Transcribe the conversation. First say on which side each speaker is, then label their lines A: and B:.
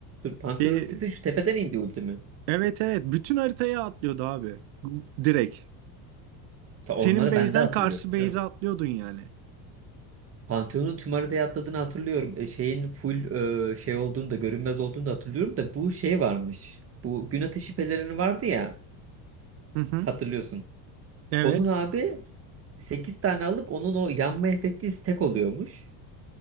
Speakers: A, on the right (about 30°); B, on the right (about 65°).
A: Dur Pantheon
B: Şey,
A: ultisi şu tepeden indi ultimi.
B: evet evet bütün haritaya atlıyordu abi. Direkt. Senin
A: Ta onları
B: base'den
A: ben de hatırlıyorum
B: karşı base'e
A: canım.
B: atlıyordun yani.
A: Pantheon'un tüm haritaya atladığını hatırlıyorum. E, şeyin full e, şey olduğunu da görünmez olduğunu da hatırlıyorum da bu şey varmış. Bu gün ateşi pelerini vardı ya
B: Hı hı.
A: hatırlıyorsun.
B: Evet.
A: Onun abi 8 tane alıp onun o yanma efekti stack oluyormuş.